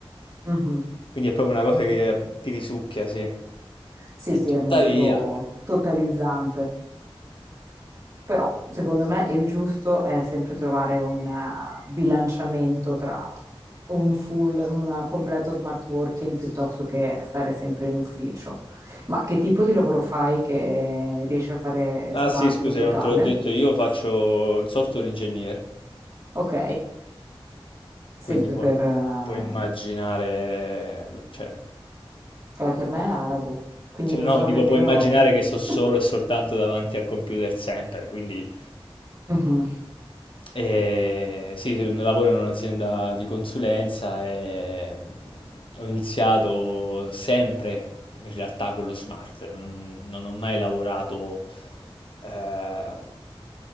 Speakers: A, on the right; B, on the left.
A: mhm.
B: Quindi è proprio una cosa che eh, ti risucchia, sì.
A: Sì,
B: E
A: sì,
B: tuttavia...
A: è molto totalizzante, però secondo me il giusto è sempre trovare un eh, bilanciamento tra un full, un completo smart working piuttosto che stare sempre in ufficio. Ma che tipo di lavoro fai che riesci a fare
B: Ah
A: smart
B: sì, scusa,
A: totale?
B: non te l'ho detto, io faccio il software engineer.
A: Ok, sempre
B: Quindi pu-
A: per, eh,
B: puoi immaginare, l- cioè,
A: però per me è arabo, quindi
B: cioè,
A: non
B: no,
A: so
B: dico,
A: nemmeno...
B: puoi immaginare
A: <laughs>
B: che sto solo e soltanto davanti al computer sempre, quindi
A: Mhm,
B: eh, sì, so- lavoro in un'azienda di consulenza e mm, ho iniziato sempre in realtà con lo smart, non, non ho mai lavorato, eh,